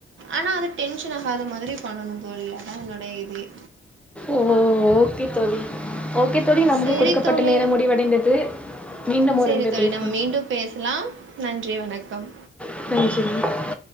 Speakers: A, on the right; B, in the centre.
A: ஆனா அது டென்ஷன் ஆகாத மாதிரி பண்ணணும் தோழி அதான் என்னோடைய இதுவே
B: ஓ! ஓகே தோழி ஓகே தோழி நமக்கு
A: சரி
B: குடுக்கப்பட்ட
A: தோழி
B: நேரம் முடிவடைந்தது மீண்டும் ஒரு
A: சரி
B: முறை
A: தோழி
B: பேசுவோம்
A: நம்ம மீண்டும் பேசலாம் நன்றி வணக்கம்
B: <inaudible>